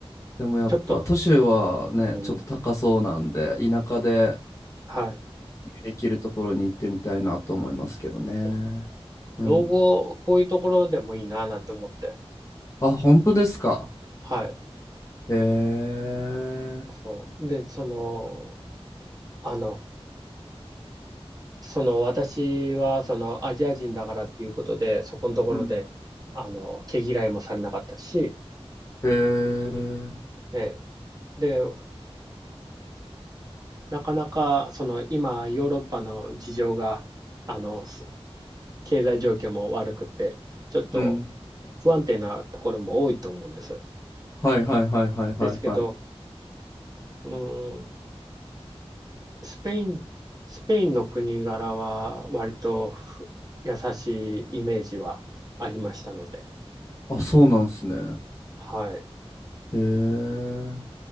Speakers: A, on the left; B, on the right.
A: でもやっぱ都市はね、
B: ちょっと、うん、
A: ちょっと高そうなんで、田舎で
B: はい。
A: できるところに行ってみたいなと思いますけどね。
B: そ
A: うん。
B: う老後、こういうところでもいいなぁなんて思って。
A: あ、本当ですか。
B: はい。
A: へえ、
B: そう。で、その、あの、その私はそのアジア人だからっていうことで、そこのところで、
A: うん。
B: あの、毛嫌いもされなかったし、
A: へえ、
B: えーで、なかなか、その今、ヨーロッパの事情が、あの、す経済状況も悪くて、ちょっと
A: うん。
B: 不安定なところも多いと思うんです。
A: はいはいはいはいはいはい。
B: ですけど、うーん、スペイン、スペインの国柄は割とふ優しいイメージはありましたので。
A: あ、そうなんすね。
B: はい。
A: へえ。